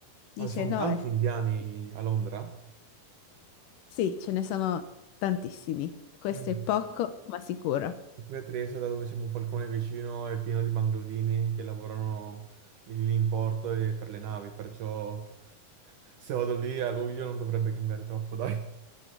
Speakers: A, on the left; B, on the right.
A: dice
B: Ah, ci sono
A: no.
B: tanti
A: e-
B: indiani a Londra.
A: Sì, ce ne sono tantissimi. Questo
B: Mm.
A: è poco, ma sicuro.
B: Qui a Trieste, dato che siamo un falcone vicino, è pieno di bangladini che lavorano lì in porto e per le navi, perciò se vado lì a luglio non dovrebbe cambiare troppo, dai.